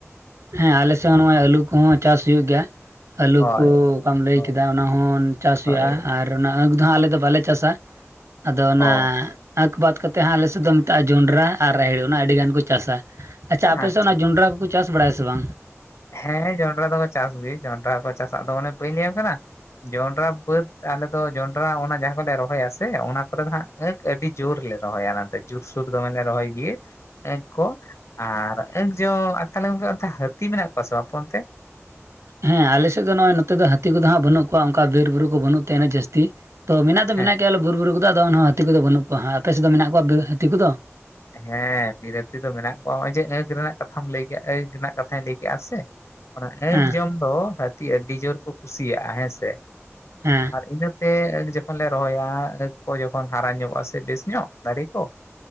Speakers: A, on the right (about 70°); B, on the left (about 65°).
A: ᱦᱮᱸ ᱟᱞᱮᱥᱮᱜᱽ ᱦᱚᱸ ᱱᱚᱜᱚᱭ ᱟᱹᱞᱩ ᱠᱚᱦᱚᱸ ᱪᱟᱥ ᱦᱩᱭᱩᱜ ᱜᱮᱭᱟ᱾ ᱟᱹᱞᱩ
B: ᱦᱳᱭ
A: ᱠᱚ ᱚᱠᱟᱢ ᱞᱟᱹᱭ
B: ᱦᱳᱭ
A: ᱠᱮᱫᱟ ᱚᱱᱟ ᱦᱚᱸᱱ ᱪᱟᱥ
B: ᱦᱳᱭ
A: ᱦᱩᱭᱩᱜᱼᱟ᱾ ᱟᱨ ᱚᱱᱟ ᱟᱸᱠᱷ ᱫᱚ ᱦᱟᱸᱜ ᱟᱞᱮ ᱫᱚ ᱵᱟᱞᱮ ᱪᱟᱥᱟ᱾ ᱟᱫᱚ ᱚᱱᱟ
B: ᱚ
A: ᱟᱸᱠᱷ ᱵᱟᱫ ᱠᱟᱛᱮ ᱦᱟᱜ ᱟᱞᱮᱥᱮᱫ ᱫᱚ ᱢᱮᱛᱟᱜᱼᱟ ᱡᱚᱸᱰᱨᱟ ᱟᱨ ᱨᱟᱦᱮᱲ ᱚᱱᱟ ᱟᱹᱰᱤ ᱜᱟᱱ ᱠᱚ ᱪᱟᱥᱟ᱾ ᱟᱪᱷᱟ ᱟᱯᱮ
B: ᱟᱪᱪᱷᱟ
A: ᱥᱮᱫ ᱚᱱᱟ ᱡᱚᱸᱰᱨᱟ ᱠᱚᱠᱚ ᱪᱟᱥ ᱵᱟᱲᱟᱭᱟ ᱥᱮ ᱵᱟᱝ?
B: ᱦᱮᱸ ᱡᱚᱱᱰᱨᱟ ᱫᱚᱠᱚ ᱪᱟᱥ ᱜᱮ ᱡᱚᱱᱰᱨᱟ ᱠᱚ ᱪᱟᱥᱟᱜ ᱟᱫᱚ ᱚᱱᱮ ᱵᱟᱹᱧ ᱞᱟᱹᱭᱟᱢ ᱠᱟᱱᱟ ᱡᱚᱱᱰᱨᱟ ᱵᱟᱹᱫ ᱟᱞᱮᱫᱚ ᱡᱚᱸᱰᱨᱟ ᱚᱱᱟ ᱡᱟᱦᱟᱸ ᱠᱚᱞᱮ ᱨᱚᱦᱚᱭᱟ ᱥᱮ ᱚᱱᱟ ᱠᱚᱨᱮ ᱫᱚ ᱦᱟᱸᱜ ᱟᱸᱠᱷ ᱟᱹᱰᱤ ᱡᱩᱨ ᱞᱮ ᱨᱚᱦᱚᱭᱟ ᱚᱟᱛᱮ ᱡᱩᱨᱥᱩᱨ ᱫᱚᱢᱮᱞᱮ ᱨᱚᱦᱚᱭ ᱜᱮ ᱟᱸᱠ ᱠᱚ ᱟᱨ ᱟᱸᱠ ᱡᱚ ᱟᱨ ᱛᱟᱦᱞᱮ ᱜᱚᱝᱠᱮ ᱚᱱᱛᱮ ᱦᱟᱹᱛᱤ ᱢᱮᱱᱟᱜ ᱠᱚᱣᱟ ᱥᱮ ᱵᱟᱝ ᱯᱚᱱᱛᱮ?
A: ᱦᱮᱸ ᱟᱞᱮᱥᱮᱫ ᱫᱚ ᱱᱚᱜᱼᱚᱭ ᱱᱚᱛᱮ ᱫᱚ ᱦᱟᱹᱛᱤ ᱠᱚᱫᱚ ᱦᱟᱸᱜ ᱵᱟᱹᱱᱩᱜ ᱠᱚᱣᱟ ᱚᱝᱠᱟ ᱵᱤᱨ ᱵᱩᱨᱩ ᱠᱚ ᱵᱟᱹᱱᱩᱜ ᱛᱮ ᱩᱱᱟᱹᱜ ᱡᱟᱹᱥᱛᱤ ᱛᱚ ᱢᱮᱱᱟᱜ ᱫᱚ
B: ᱦᱮᱸ
A: ᱢᱮᱱᱟᱜ ᱜᱮᱭᱟᱞᱚ ᱵᱩᱨ ᱵᱩᱨᱩ ᱠᱚᱫᱚ᱾ ᱟᱫᱚ ᱮᱱᱦᱚ ᱦᱟᱹᱛᱤ ᱠᱚᱫᱚ ᱵᱟᱹᱱᱩᱜ ᱠᱚᱣᱟ ᱦᱟᱜ ᱟᱯᱮᱥᱮᱫ ᱫᱚ ᱢᱮᱱᱟᱜ ᱠᱚᱣᱟ ᱵᱤᱨ ᱦᱟᱹᱛᱤ ᱠᱚᱫᱚ?
B: ᱦᱮᱸ ᱵᱤᱨᱟᱹᱛᱤ ᱫᱚ ᱢᱮᱱᱟᱜ ᱠᱚᱣᱟ ᱦᱚᱜᱚᱭ ᱡᱮ ᱟᱸᱠ ᱨᱮᱱᱟᱜ ᱠᱟᱛᱷᱟᱢ ᱞᱟᱹᱭ ᱠᱮᱜᱼᱟ ᱟᱸᱠ ᱨᱮᱱᱟᱜ ᱠᱟᱛᱷᱟᱧ ᱞᱟᱹᱭ ᱠᱮᱜᱼᱟ ᱥᱮ ᱚᱱᱟ ᱟᱸᱠ
A: ᱦᱮᱸ
B: ᱡᱚᱢ ᱫᱚ ᱦᱟᱹᱛᱤ ᱟᱹᱰᱤ ᱡᱳᱨ ᱠᱚ ᱠᱩᱥᱤᱭᱟᱜᱼᱟ ᱦᱮᱸ ᱥᱮ ᱾
A: ᱦᱮᱸ
B: ᱤᱱᱟᱹᱛᱮ ᱟᱸᱠ ᱡᱚᱠᱷᱚᱱ ᱞᱮ ᱨᱚᱦᱚᱭᱟ ᱟᱸᱠ ᱠᱚ ᱡᱚᱠᱷᱚᱱ ᱦᱟᱨᱟ ᱧᱚᱜᱼᱟ ᱥᱮ ᱵᱮᱥ ᱧᱚᱜ ᱫᱟᱨᱮ ᱠᱚ